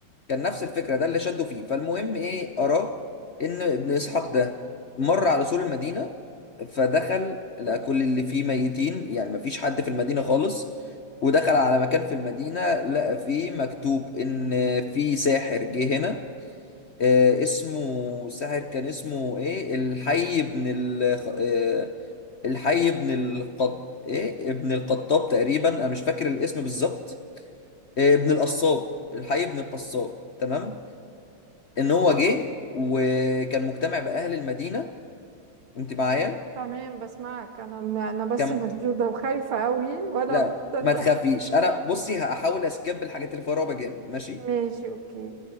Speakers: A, on the left; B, on the right.
A: كان نفس الفكرة ده اللي شده فيه فالمهم ايه أراه إن ابن إسحاق ده مر على سور المدينة فدخل لقى كل اللي فيه ميتين يعني مفيش حد في المدينة خالص ودخل على مكان في المدينة لقى فيه مكتوب إن في ساحر جه هنا آه اسمه ساحر كان اسمه ايه الحي ابن ال آه الحي ابن القط ايه ابن القطاب تقريبا انا مش فاكر الاسم بالظبط آه ابن القصاب الحي ابن القصاب تمام ان هو جه وكان مجتمع باهل المدينه انت معايا
B: تمام بسمعك انا انا بس
A: كان
B: مشدوده وخايفه قوي وانا
A: لا
B: بتبدا
A: ما تخافيش انا بصي هحاول اسكيب الحاجات اللي فيها رعب جامد ماشي
B: ماشي اوكي